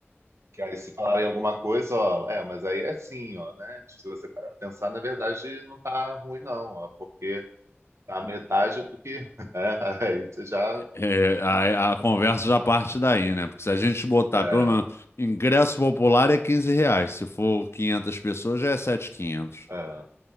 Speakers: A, on the right; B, on the left.
A: Que aí se falarem alguma coisa, ó, é, mas aí é assim, ó, né? Tipo, se você parar pra pensar, na verdade não tá ruim, não, ó, porque tá a metade do que, <laughs> né? Aí você já.
B: É, a, a conversa já parte daí, né? Porque se a gente botar,
A: É,
B: pelo menos, ingresso popular é 15 reais. Se for 500 pessoas, já é 7,500.
A: é.